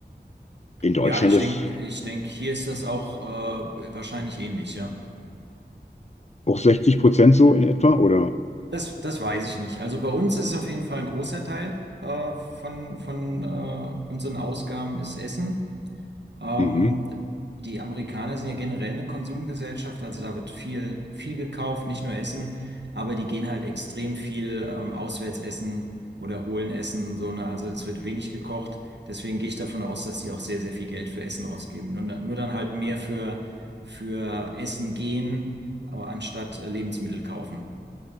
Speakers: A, on the left; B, on the right.
A: In Deutschland
B: Ja, ich
A: ist
B: denke, ich denk, hier ist das auch äh, wahrscheinlich ähnlich, ja.
A: auch 60 Prozent so in etwa, oder?
B: Das, das weiß ich nicht. Also bei uns ist auf jeden Fall ein großer Teil äh, von, von äh, unseren Ausgaben ist Essen. Ähm,
A: Mhm.
B: die Amerikaner sind ja generell eine Konsumgesellschaft, also da wird viel, viel gekauft, nicht nur Essen, aber die gehen halt extrem viel ähm, auswärts essen oder holen Essen und so, ne? Also es wird wenig gekocht. Deswegen gehe ich davon aus, dass die auch sehr, sehr viel Geld für Essen ausgeben. Nur, dann- nur dann halt mehr für, für Essen gehen, aber anstatt äh, Lebensmittel kaufen.